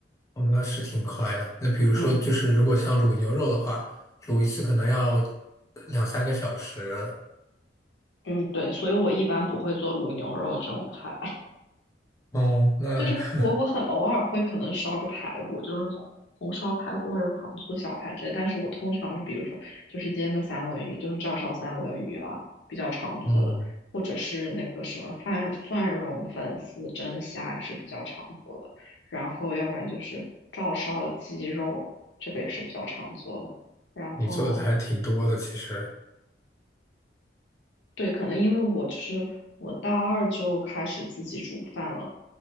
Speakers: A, on the left; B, on the left.
A: 哦，那是挺快的。那比如说，
B: 嗯
A: 就是如果像卤牛肉的话，卤一次可能要两三个小时。
B: 嗯，对，所以我一般不会做卤牛肉这种菜，
A: 哦，
B: <laughs>
A: 那
B: 就是我我很偶尔会可能烧个排骨，
A: <laughs>
B: 就是红红烧排骨或者糖醋小排之类，但是我通常是比如说就是煎个三文鱼，就是照烧三文鱼啊，比较常做的，
A: 嗯，
B: 或者是那个什么蒜蒜蓉粉丝蒸虾也是比较常做的，然后要不然就是照烧鸡肉，这个也是比较常做的。然后
A: 你做的还挺多的，其实。
B: 对，可能因为我就是我大二就开始自己煮饭了。